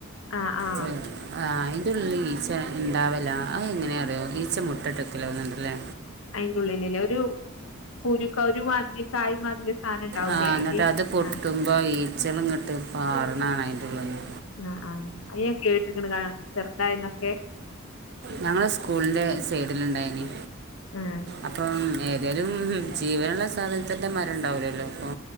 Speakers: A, on the left (about 80°); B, on the right (about 55°).
A: ആഹ് ആഹ്
B: മ് അയിന്റെ ഉള്ളി ഈ ച്ച ഉണ്ടാവല്ല അത് എങ്ങനെയാ അറിയോ ഈച്ച മുട്ട ഇട്ടക്കലോന്നണ്ടല്ലേ?
A: അയിന്റെ ഉള്ളില് ലെ ഒരു പൂരുക്ക ഒരു മാതിരി തായ് മാതിരി സാധനം ഉണ്ടാവൂലേ
B: ആഹ
A: അയില്
B: ന്നിട്ട് അത് പൊട്ടുമ്പോ
A: ആഹ്
B: ഈച്ചള ഇങ്ങിട്ട് പാറണാകാനഅയിന്റെ ഉള്ളിന്ന
A: ആഹ ആഹ അയ്യൊക്കെ കേട്ടിക്ണ് ചെറുതന്നൊക്കെ
B: ഞങ്ങള് സ്കൂളിന്റെ സൈഡിൽ ഇണ്ടായിന്
A: ആഹ
B: അപ്പം ഏതാലും ജീവനുള്ള സാധനത്തിന്റെ മരം ഉണ്ടാവൂലല്ലോ അപ്പൊ